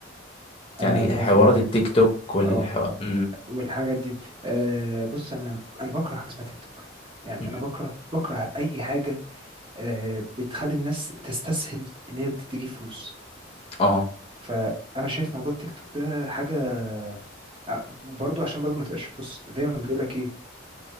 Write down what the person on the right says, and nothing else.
انا
موافق
معاك
جدا
اه
والحاجات دي آه بص انا انا بكره حاجه اسمها تيك توك يعني
انا بكره بكره اي حاجه آه، بتخلي الناس تستسهل ان هي تجيب فلوس
فانا شايف موضوع التيك توك ده حاجه آه، برضو عشان برضو ما تبقاش بص دايما بيقول لك ايه